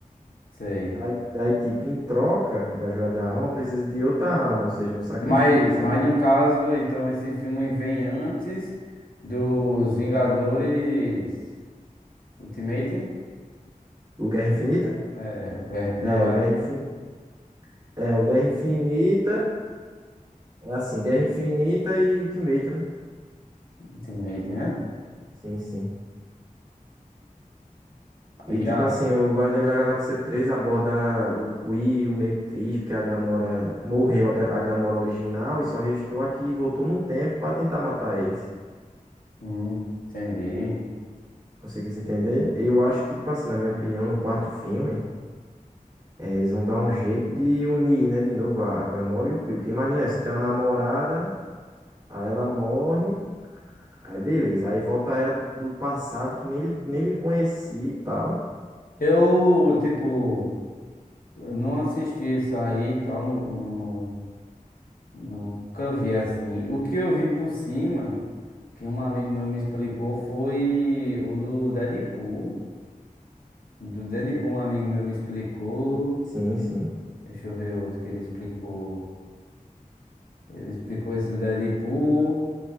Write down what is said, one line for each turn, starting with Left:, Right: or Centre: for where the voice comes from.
Left: Sei.
Right: Aí, aí, tipo, em troca da joia da alma, precisa de outra alma, ou seja, um sacrifício,
Left: Mas, mas
Right: né?
Left: no caso, então esse filme vem antes dos Vingadores Ultimate?
Right: O Guerra Infinita?
Left: É, ver- não,
Right: É, o
Left: é
Right: Guerra Infinita. É, o Guerra Infinita. É assim, Guerra Infinita e Ultimate, né?
Left: Ultimate, né?
Right: Sim, sim. E,
Left: E
Right: tipo
Left: a-
Right: assim, o Guardião da Galáxia 3 aborda o Quill meio triste, porque a Gamora morreu, a Ga- a Gamora original, e só restou aqui que voltou no tempo pra tentar matar eles.
Left: hum, entendi.
Right: Conseguisse entender? Eu acho que, tipo assim, na minha opinião, no quarto filme, eh, eles vão dar um jeito de unir, né, de novo a a Gamora e o Quill. Porque imagina, aí, você tem uma namorada, aí ela morre, aí beleza, aí volta ela do, do passado que nem ele, nem ele conhecia e tal.
Left: Eu, tipo, eu não assisti isso aí e tal, não, não, não- nunca vi assim. O que eu vi por cima, que um amigo meu me explicou, foi o do Deadpool. Do Deadpool, um amigo meu me explicou.
Right: Sim, sim.
Left: Deixa eu ver outro que ele explicou. Ele explicou esse do Deadpool.